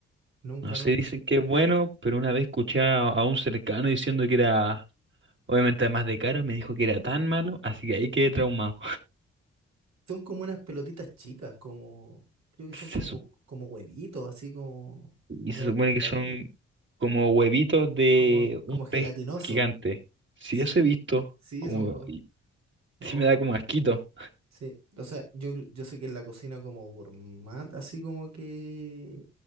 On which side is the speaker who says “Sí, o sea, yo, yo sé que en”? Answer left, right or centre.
Right